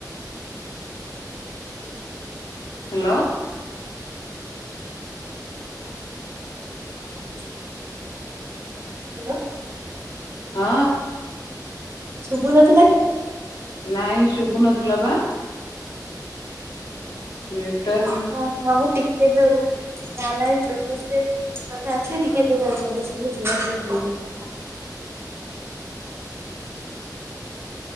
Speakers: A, on the left; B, on the right.
A: Hello.
B: Hello.
A: ହଁ।
B: ଶୁଭୁନଥିଲା କି?
A: ନାଇଁ ଶୁଭୁ ନଥିଲା ବା। ନଁ ଏଟା
B: ହଁ ଆଁ ମୁଁ ଟିକେ ଦ ନା ନ ମୃତୁ ସେ କଥା ଆସିଲି ଟିକେ ଦୂରରେ କରିଥିଲ ଯିବା।